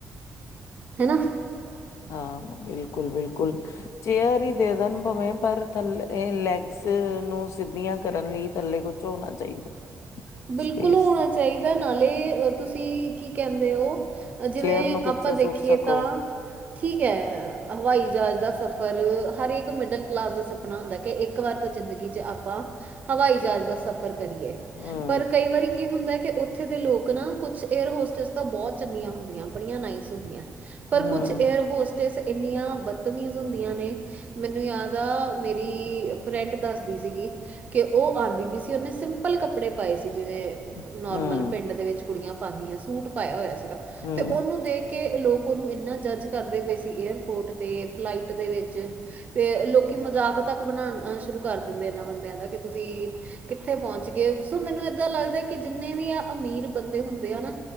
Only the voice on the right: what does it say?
ਹੈ ਨਾ।
ਬਿਲਕੁਲ
ਹੋਣਾ ਚਾਹੀਦਾ ਨਾਲੇ ਤੁਸੀਂ ਕੀ ਕਹਿੰਦੇ ਹੋ? ਜਿਵੇਂ
ਆਪਾਂ ਦੇਖੀਏ
ਤਾਂ ਠੀਕ ਹੈ ਹਵਾਈ ਜਹਾਜ਼ ਦਾ ਸਫ਼ਰ। ਪਰ! ਹਰ ਇੱਕ ਮਿਡਲ ਕਲਾਸ ਦਾ ਸਪਨਾ ਹੁੰਦਾ। ਕੇ, ਕਿ! ਇੱਕ ਵਾਰ ਤਾਂ ਜ਼ਿੰਦਗੀ 'ਚ ਆਪਾਂ ਹਵਾਈ- ਜਹਾਜ਼ ਦਾ ਸਫ਼ਰ ਕਰੀਏ।
ਪਰ ਕਈ ਵਾਰੀ ਕੀ ਹੁੰਦਾ ਏ। ਕਿ, ਉੱਥੇ ਦੇ ਲੋਕ ਨਾ ਕੁਛ ਏਅਰ ਹੋਸਟਸ ਤਾਂ ਬਹੁਤ ਚੰਗੀਆਂ ਹੁੰਦੀਆਂ। ਬੜੀਆਂ ਨਾਈਸ ਹੁੰਦੀਆਂ ਪਰ
ਕੁਛ ਏਅਰ ਹੋਸਟ ਇੰਨੀਆਂ ਬਦਤਮੀਜ਼ ਹੁੰਦੀਆਂ ਨੇ। ਮੈਨੂੰ ਯਾਦ ਆ ਮੇਰੀ ਫਰੈਂਡ ਦੱਸਦੀ ਸੀਗੀ। ਕਿ ਉਹ ਆਉਂਦੀ ਪਈ ਸੀ। ਉਹਨੇ ਸਿੰਪਲ ਕੱਪੜੇ ਪਾਏ ਸੀ ਜਿਵੇਂ
ਨੋਰਮਲ ਪਿੰਡ ਦੇ ਵਿੱਚ ਕੁੜੀਆਂ ਪਾਉਂਦੀਆਂ ਸੂਟ ਪਾਇਆ ਹੋਇਆ ਸੀਗਾ।
ਤੇ, ਉਹਨੂੰ ਦੇਖ ਕਿ ਲੋਕ ਉਹਨੂੰ ਇੰਨਾ ਜੱਜ ਕਰਦੇ ਪਏ ਸੀ ਏਅਰਪੋਰਟ ਤੇ ਫਲਾਈਟ ਦੇ ਵਿੱਚ। ਫਿਰ ਲੋਕੀ। ਕਿ! ਮਜ਼ਾਕ ਤੱਕ ਬਣਾਣਾ ਆ ਸ਼ੁਰੂ ਕਰ ਦਿੰਦੇ, ਇਹਨਾਂ ਬੰਦਿਆਂ ਦਾ ਕਿ! ਤੁਸੀਂ ਕਿੱਥੇ ਪਹੁੰਚ ਗਏ? ਸੋ ਮੈਨੂੰ ਏਦਾਂ ਲੱਗਦਾ ਕਿ ਜਿੰਨੇ ਵੀ ਆ ਅਮੀਰ ਬੰਦੇ ਹੁੰਦੇ ਆ ਨਾ।